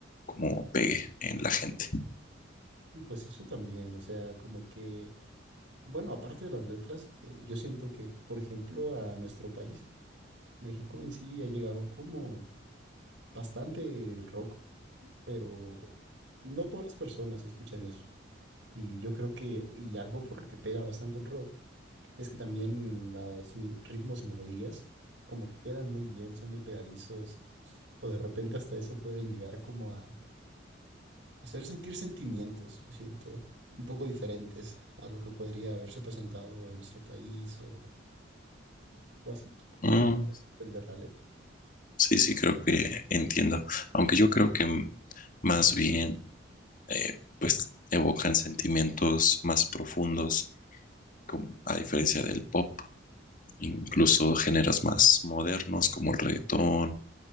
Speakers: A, on the left; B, on the right.
A: como pegue en la gente.
B: pues eso también, o sea, como que Bueno, aparte de las letras, que yo siento que, por ejemplo, a nuestro país, México en sí, ha llegado como bastante el rock, pero no todas las personas escuchan eso. Y yo creo que, y algo por lo que pega bastante el rock, es que también los ritmos y melodías como que quedan muy bien, son muy pegadizos, o de repente hasta eso pueden llegar como a hacer sentir sentimientos, yo siento, un poco diferentes a lo que podría haberse presentado en nuestro país o o así,
A: Mm,
B: a pesar de no entender la letra.
A: sí, sí, creo que entiendo. Aunque yo creo que mm, más bien eh, pues evocan sentimientos más profundos, como- a diferencia del pop, incluso géneros más modernos como el reggaetón,